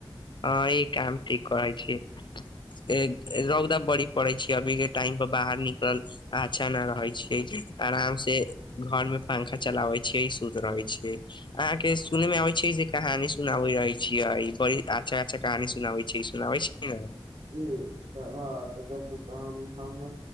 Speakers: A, on the left; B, on the right.
A: हँ ई काम ठीक कहै छीय रौदा बड़ी पड़ै छै अभी के टाइम बाहर निकल अच्छा न रहे छै आराम से घर में पंखा चलावे छै सुत रहै छै अहाँ के सुनने मे अबै छै जे कहानी सुनाबै रहै छीयै बड़ी अच्छा अच्छा कहानी सुनावै छै सुनाबै छै ने?
B: जी तऽ हँ तऽ देख तऽ हम